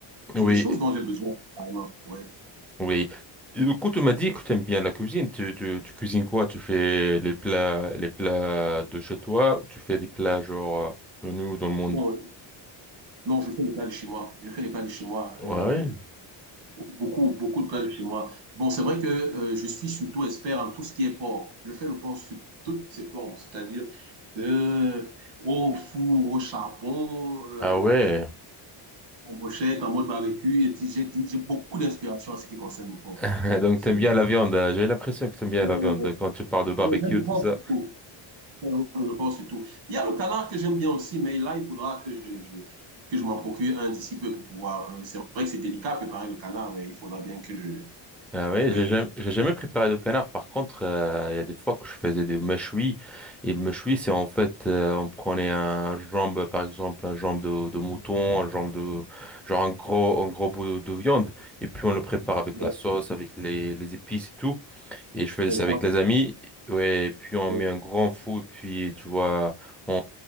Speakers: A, in the centre; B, on the right.
A: Oui,
B: c'est des choses dont j'ai besoin. carrément, Ouais.
A: Oui. Et du coup, tu m'as dit que tu aimes bien la cuisine. Tu, tu, tu cuisines quoi? Tu fais les plats, les plats de chez toi ou tu fais des plats genre euh, connus dans le monde?
B: Bon, non, je fais les plats de chez moi. Je fais les plats de chez moi.
A: Ah
B: euh,
A: ouais.
B: beaucoup, beaucoup de plats de chez moi. Bon, c'est vrai que euh, je suis surtout expert en tout ce qui est porc. Je fais le porc sous toutes ses formes, c'est-à-dire euh, au four, au charbon, euh,
A: Ah ouais.
B: en brochette, en mode barbecue. Et puis, j'ai j'ai beaucoup d'inspiration en ce qui concerne le porc.
A: <laughs> Donc,
B: C'est,
A: t'aimes bien la viande. hein. J'ai l'impression que t'aimes bien
B: euh,
A: la viande quand tu parles de barbecue,
B: ouais, j'aime le
A: tout
B: porc
A: ça.
B: surtout. Je pense surtout. Il y a le canard que j'aime bien aussi, mais là, il faudra que je, je que je m'en procure un d'ici peu pour pouvoir. euh, C'est vrai que c'est délicat à préparer le canard, mais il faudra bien que je.
A: Ah oui,
B: Ouais.
A: j'ai jamais, j'ai jamais préparé de canard. Par contre, euh, il y a des fois que je faisais des mâchouis. Et le mâchoui, c'est en fait, euh, on prenait un jambe, par exemple, un jambe de, de mouton, un jambe de, genre un gros, un gros bout de viande. Et puis on le prépare avec
B: Ouais,
A: la sauce, avec les, les épices et tout. Et je faisais
B: ouais,
A: ça avec les amis. Ouais, et puis on
B: ouais,
A: met un grand fou, puis tu vois, on,